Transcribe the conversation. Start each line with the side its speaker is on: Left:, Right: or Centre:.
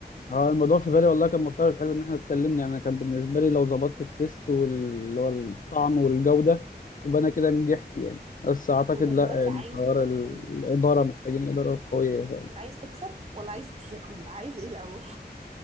Left: اه الموضوع في بالي والله كان مختلف حلو ان احنا اتكلمنا يعني انا كان بالنسبه لي لو ظبطت التيست واللي هو الطعم والجوده يبقى انا كده نجحت يعني بس اعتقد
Right: انت دلوقتي
Left: لا يعني
Right: عايز
Left: حوار
Right: تدخل
Left: ال- الاداره محتاجين اداره قويه
Right: انت عايز تكسب ولا عايز تاكل <laughs> عايز ايه الاول